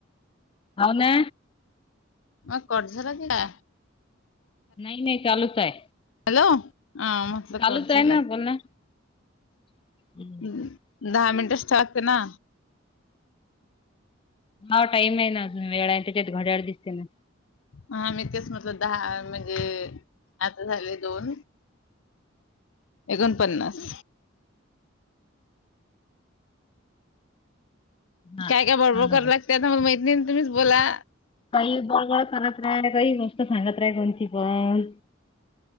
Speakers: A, on the left; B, on the left.
A: हव ना.
B: मग कट झाला की काय?
A: नाही नाही चालूच आहे
B: हॅलो हा म्हटलं
A: चालूच
B: कट
A: आहे
B: झाला
A: ना
B: की
A: बोल
B: काय.
A: ना. <unintelligible>
B: हम्म, दहा मिनिटच ठेवा लागते ना.
A: हा टाईम आहे ना वेळ आहे त्याच्यात घड्याळ दिसते ना.
B: हा मी तेच म्हटलं दहा म्हणजे आता झाले दोन एकोणपन्नास.
A: हा
B: काय काय बळबळ
A: चालू
B: करा
A: दे
B: लागते आता मला माहित नाही ना तुम्हीच बोला.
A: काही बळबळ करत राहा काही गोष्ट सांगत राहा कोणची पण